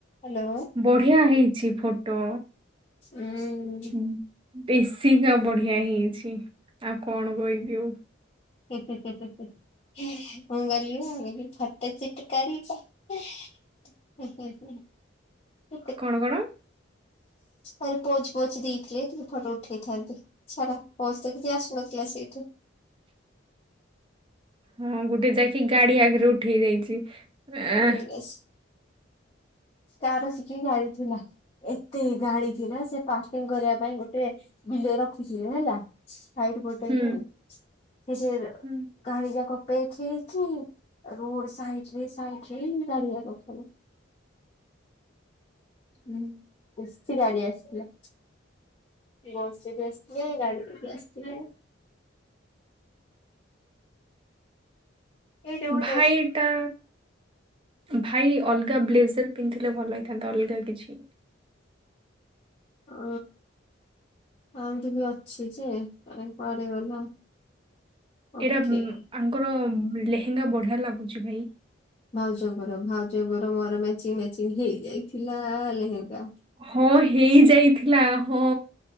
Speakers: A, on the left; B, on the right.
A: Hello
B: ବଢ଼ିଆ ହେଇଛି photo
A: ଉଁ ହୁଁ
B: ହୁଁ ବେଶିକ୍ ଆଉ ବଢିଆ ହେଇଛି ଆଉ କଣ କହିବି ଆଉ
A: ହେଁ ହେଁ ହେଁ ମୁଁ ଗଲି ମୁଁ କହିଲି ଫଟୋ ସୁଟ କରିବ <inaudible> <unintelligible> <inaudible>
B: କଣ କଣ
A: ଆଉ ପୋଜ ପୋଜ ଦେଇଥିଲେ ଟିକେ ଫୋଟ ଉଠେଇଥାନ୍ତି ଛାଡ଼ ବସ୍ ତ କିଛି ଆସୁନଥିଲା ସେଇଠୁ
B: ହଁ ଗୋଟେ ଯାଇକି ଗାଡି ଆଗରେ ଉଠେଇ ଦେଇଛି।
A: <unintelligible>
B: ଆଁ,
A: କାର ଶିକି ଗାଡିଥିଲା। ଏତେ ଗାଡି ଥିଲା ସେ ପାର୍କିଂ କରିବା ପାଇଁ ଗୋଟେ ବିଲ ରଖିଥିଲେ ହେଲା। ସାଇଟ ପୋଟେ
B: ହୁଁ
A: ହି ସେଇଟା ର
B: ହୁଁ
A: ଗାଡି ଯାକ ପେଚ ହେଇକି ରୋଡ ସାଇଡ଼ରେ ରେ ସାଇଡ଼ରେ ରେ ଗାଡି ଯାକ ଖାଲି। ହୁଁ ବେଶି ଗାଡି ଆସିଥିଲା। ବସରେ ବି ଆସିଥିଲେ ଗାଡିରେ ବି ଆସିଥିଲେ ଏଇଠି ଗୋଟେ
B: ଭାଇ ଟା ଭାଇ ଅଲଗା ବ୍ଲେଜର୍ ପିନ୍ଧିଥିଲେ ଭଲ ହେଇଥାନ୍ତା ଅଲଗା କିଛି।
A: ଅ ଆହୁରି ବି ଅଛି ଯେ କାଇଁ କୁଆଡ଼େ ଗଲା। ଓକେ
B: ଏଇଟା ଆଙ୍କର ଲେହେଙ୍ଗା ବଢ଼ିଆ ଲାଗୁଛି ଭାଇ।
A: ଭାଉଜଙ୍କର ଭାଉଜଙ୍କର ମୋର ମ୍ୟାଚିଂ ମ୍ୟାଚିଂ ହେଇଯାଇଥିଲା ଲେହେଙ୍ଗା।
B: ହଁ ହେଇ ଯାଇଥିଲା ହଁ